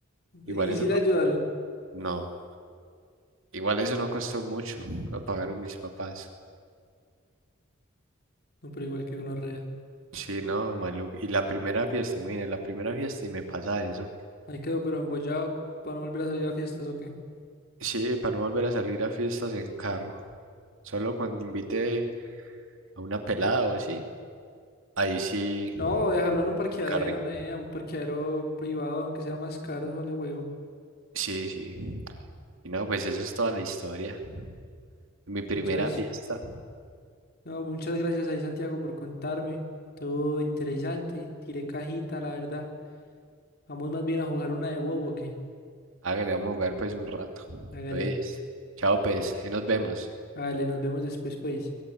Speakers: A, on the right; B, on the left.
A: igual
B: Y
A: eso
B: sí le
A: no,
B: ayudaron.
A: co- no, igual eso no costó mucho, lo pagaron mis papás.
B: No, pero igual que gonorrea.
A: Sí, no, maluco. Y la primera fiesta, imagínate, la primera fiesta y me pasa eso.
B: Ahí quedó, pero embollado para no volver a salir a fiestas o qué.
A: Sí, para no volver a salir a fiestas en carro. Solo cuando invite a una pelada o así. Ahí sí,
B: No, dejarlo en un parqueadero,
A: el carrito.
B: nea, un parqueadero privado, aunque sea más caro, vale huevo.
A: Sí, sí. Y no, pues esa es toda la historia. Mi primera
B: Muchas,
A: fiesta.
B: no, muchas gracias ahí, Santiago, por contarme. Todo interesante. Tiré cajita, la verdad. Vamos más bien a jugar una de huevo o qué.
A: Hágale, vamos a jugar pues un rato. Entonces,
B: Hágale,
A: chao pues, ahí nos vemos.
B: hágale, nos vemos después, pues.